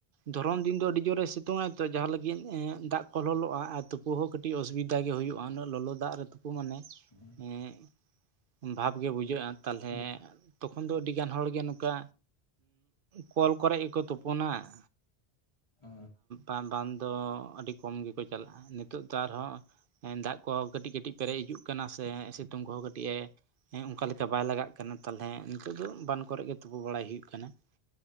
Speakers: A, on the right; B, on the left.
A: ᱫᱷᱚᱨᱚᱱ ᱫᱤᱱ ᱫᱚ ᱟᱹᱰᱤ ᱡᱳᱨᱮ ᱥᱤᱛᱩᱝ ᱟᱭ ᱛᱚ ᱡᱟᱸᱦᱟ ᱞᱟᱹᱜᱤᱫ ᱮᱸ ᱫᱟᱜ ᱠᱚ ᱞᱚᱞᱚᱜᱼᱟ ᱟᱨ ᱛᱩᱯᱩ ᱦᱚᱸ ᱠᱟᱹᱴᱤᱡ ᱴᱤᱡ ᱚᱥᱩᱵᱤᱫᱷᱟ ᱜᱮ ᱦᱩᱭᱩᱜᱼᱟ, ᱩᱱᱟᱹᱜ ᱞᱚᱞᱚ ᱫᱟᱜ ᱨᱮ ᱛᱩᱯᱩ ᱢᱟᱱᱮ
B: ᱦᱩᱸ
A: ᱦᱮᱸ ᱵᱷᱟᱵᱽ ᱜᱮ ᱵᱩᱡᱷᱟᱹᱜᱼᱟ ᱛᱟᱦᱚᱞᱮ
B: ᱦᱩᱸᱜ
A: ᱛᱚᱠᱷᱚᱱ ᱫᱚ ᱟᱹᱰᱤ ᱜᱟᱱ ᱦᱚᱲᱜᱮ ᱱᱚᱝᱠᱟ ᱠᱚᱞ ᱠᱚᱨᱮ ᱜᱮᱠᱚ ᱛᱩᱯᱩᱱᱟ ᱾
B: ᱚ
A: ᱟᱨ ᱵᱟᱸᱫ ᱫᱚ ᱟᱹᱰᱤ ᱠᱚᱢ ᱜᱮᱠᱚ ᱪᱟᱞᱟᱜᱼᱟ, ᱱᱤᱛᱚᱜ ᱛᱚ ᱟᱨᱦᱚᱸ ᱫᱟᱜ ᱠᱚ ᱠᱟᱹᱴᱤᱡ ᱠᱟᱹᱴᱤᱡ ᱯᱮᱨᱮᱡ ᱦᱤᱡᱩᱜ ᱠᱟᱱᱟ ᱥᱮ ᱥᱤᱛᱩᱝ ᱠᱚᱦᱚᱸ ᱠᱟᱹᱴᱤᱡ ᱮ ᱚᱝᱠᱟᱞᱮ ᱠᱟ ᱵᱟᱭ ᱞᱟᱜᱟᱜ ᱠᱟᱱᱟ, ᱛᱟᱞᱚᱞᱮ ᱱᱤᱛᱚᱜ ᱫᱚ ᱵᱟᱸᱫ ᱠᱚᱨᱮ ᱜᱮ ᱛᱩᱯᱩ ᱵᱟᱲᱟᱭ ᱦᱩᱭᱩᱜ ᱠᱟᱱᱟ ᱾